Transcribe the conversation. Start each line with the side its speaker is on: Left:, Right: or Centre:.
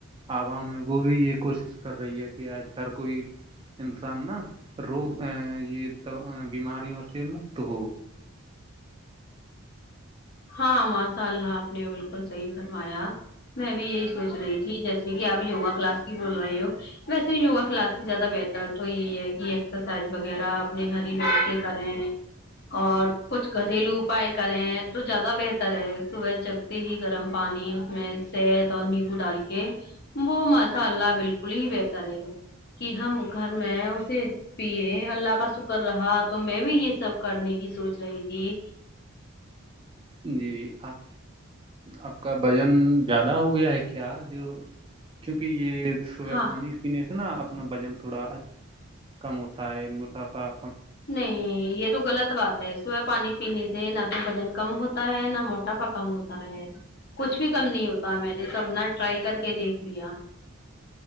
Right: عوام ہے وہ بھی یہ کوشش کر رہی ہے کہ آج ہر کوئی انسان نا روگ ا یہ بیماریوں سے مکت ہو
Left: ہاں ماشاء اللہ آپ نے بالکل صحیح فرمایا میں بھی یہی سوچ رہی تھی جیسے کہ آپ یوگا کلاس کی بول رہے ہو ویسے یوگا کلاس سے زیادہ بہتر تو یہی ہے کہ ایکسرسائز وغیرہ اپنے گھر ہی بیٹھتے کریں اور کچھ گھریلو اپائے کریں تو زیادہ بہتر ہے صبح جگتے ہی گرم پانی اس میں سید اور نیمبو ڈال کے وہ مست اا اللہ بالکل ہی بہتر ہےا کہ ہم گھر میں اسے پیے اللہ کا شکر رہا تو میں بھی یہ سب کرنے کی سوچ رہی تھی
Right: جی آپ آپ کا بھجن زیادہ ہو گیا ہے کیا جو کیونکہ یہ صبح
Left: ہاں
Right: پانی پینے اناا اپنا وزن تھوڑا کم ہوتا ہے مسافع
Left: نہیں یہ تو غلط بات ہے سبح پانی پینے سے نہ تو وزن کم ہو ہوتا ہے نہ موٹاپا کم ہوتا ہے کچھ بھی کم نہیں ہوتا میں نے سبنا ٹرائی کر کے دیکھ لیا